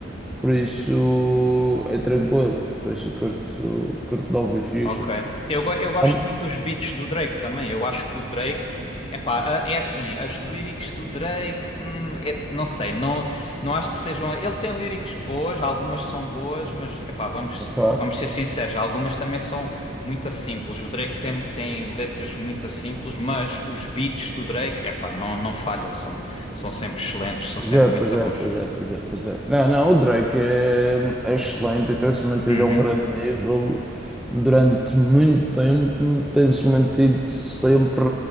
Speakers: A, in the centre; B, on the left.
A: Por isso é tranquilo, por isso eu curto, curto de ouvir Future.
B: Ok. Eu, go- eu gosto
A: Tam-
B: muito dos beats do Drake também. Eu acho que o Drake. Epá, a- é assim, as lyrics do Drake. hum, é- não sei, não, não acho que sejam. Ele tem lyrics boas, algumas são boas, mas epá, vamos,
A: Ok.
B: vamos ser sinceros, algumas também são muito simples. O Drake tem, tem letras muito simples, mas os beats do Drake, epá, não, não falha, são, são sempre excelentes, são
A: Pois
B: sempre
A: é,
B: muito
A: pois é,
B: bons.
A: pois é, pois é, pois é. Não, não, o Drake é, é excelente, e tem-se mantido
B: Uhum.
A: a um grande nível durante muito tempo, tem-se mantido sempre